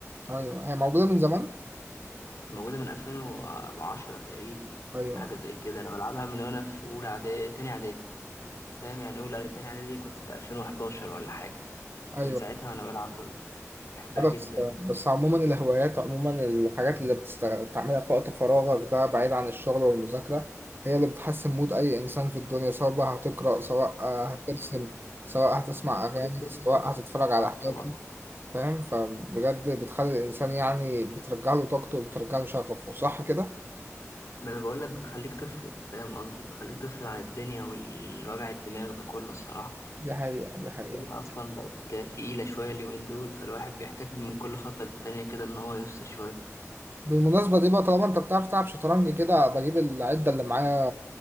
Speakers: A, on the right; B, on the left.
A: أيوه هي موجودة من زمان
B: موجودة من 2010 تقريبا
A: أيوه
B: حاجة زي كده أنا بلعبها من وأنا في أولى إعدادي تاني إعدادي فاهم يعني أولى إعدادي- تاني إعدادي كنت في 2011 ولا حاجة
A: ايوه
B: من ساعتها وأنا بلعب لول بحبها جدا
A: بس بس عموما الهوايات عموما الحاجات اللي بتستغ... بتعملها في وقت فراغك ده بعيد عن الشغل والمذاكرة هي اللي بتحسن مود اي انسان في الدنيا سواء بقى هتقرأ سواء آه، هترسم سواء هتسمع
B: بتخليك
A: اغاني
B: طفل
A: سواء هتتفرج على
B: آه
A: حاجة
B: طبعا
A: فاهم فبجد بتخلي الانسان يعني بترجع له طاقته وبترجع له شغفه صح كده
B: ما أنا بقولك بتخليك طفل فاهم قصدي بتخليك طفل عن الدنيا والوجع الدماغ ده كله الصراحة
A: دي حقيقة دي حقيقة
B: الدنيا أصلا بقت تقيلة شوية اليومين دول فالواحد بيحتاج من كل فترة للتانية كده إن هو يفصل شوية
A: بالمناسبة دي بقى طالما انت بتعرف تلعب شطرنج كده بجيب العدة اللي معايا